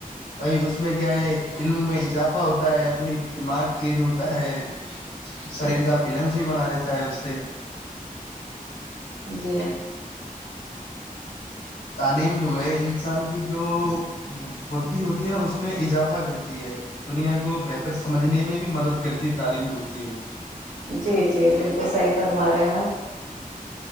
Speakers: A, on the left; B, on the right.
A: بھائی اس میں کیا ہے علم میں اضافہ ہوتا ہے اپنی دماغ تیز ہوتا ہے شریر کا بیلنس بھی بنا رہتا ہے اس سے
B: جی
A: تعلیم جو ہے انسان کی جو بدھی ہوتی ہے نا اس میں اضافہ کرتی ہے دنیا کو بہتر سمجھنے میں بھی مدد کرتی ہے تعلیم جو ہوتی ہے وہ
B: جی جی بالکل صحیح فرما رہے ہیں